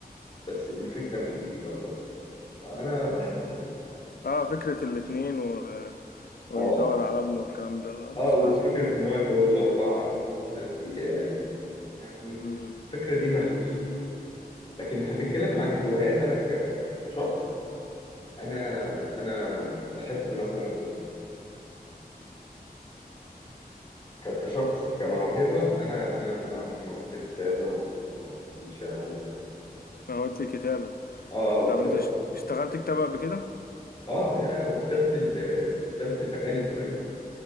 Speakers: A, on the left; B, on the left.
A: بس الفكرة مش جديدة خالص انا بحب
B: اه فكرة الاتنين و... ويدور
A: اه
B: على ابنه والكلام ده ملوش
A: اه وفكرة
B: لازمة
A: ان هو اتجوز اربعة ومش عارف ايه يعني يعني
B: امم
A: الفكرة دي مهووسة لكن هتتكلم عن هوايات انا ك- كشخص انا انا بحب مثلا ك- كشخص كموهبة انا انا عندي موهبة الكتابة وموهبة الشعر و...
B: ما هو دي كتابة
A: اه وكتابة
B: طب انت ش- اشتغلت كتابة قبل كده؟
A: اه يا وكتابة ال... وكتابة الاغاني كمان